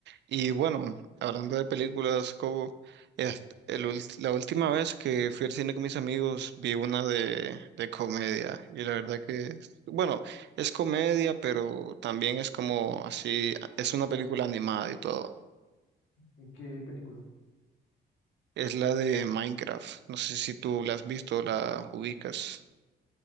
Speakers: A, on the right (about 60°); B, on the left (about 80°).
A: Y bueno, hablando de películas, Cobo, es- el ult- la última vez que fui al cine con mis amigos vi una de, de comedia y la verdad que, es- bueno, es comedia, pero también es como así, es una película animada y todo.
B: ¿Y qué película?
A: Es la de Minecraft. No sé si tú la has visto o la ubicas.